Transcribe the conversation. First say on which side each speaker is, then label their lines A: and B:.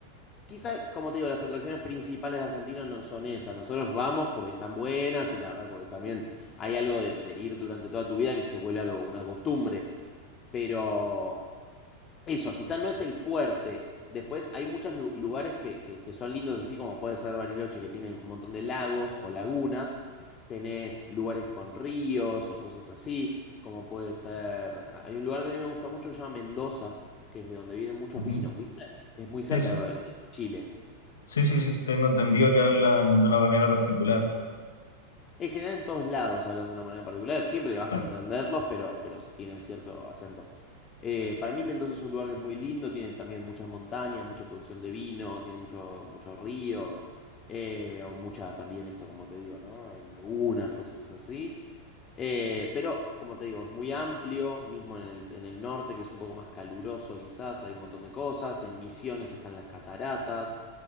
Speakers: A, on the left; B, on the left.
A: Quizás, como te digo, las atracciones principales de Argentina no son esas. Nosotros vamos porque están buenas y la verdad, porque también hay algo de, de ir durante toda tu vida que se vuelve algo, una costumbre. Pero eso, quizás no es el fuerte. Después hay muchos lu- lugares que, que- que son lindos, así como puede ser Bariloche, que tiene un montón de lagos o lagunas. Tenés lugares con ríos o cosas así, como puede ser... a- Hay un lugar que a mí me gusta mucho que se llama Mendoza, que es de donde vienen muchos
B: Ujú.
A: vinos, ¿viste? Es muy cerca
B: Sí, sí,
A: de, Ba- de Chile.
B: sí, sí, sí, tengo entendido que hablan de una manera particular.
A: En general, en todos lados, hablando de una manera particular, siempre vas
B: Claro,
A: a entenderlos, pero, pero tienen cierto acento. Eh, para mí Mendoza es un lugar que es muy lindo, tiene también muchas montañas, mucha producción de vino, tiene mucho, mucho río, eh, o muchas también esto, como te digo, ¿no? Eh, lagunas, cosas así. Eh, pero, como te digo, es muy amplio, mismo en el, en el norte, que es un poco más caluroso quizás, hay un montón de cosas, en Misiones están las cataratas,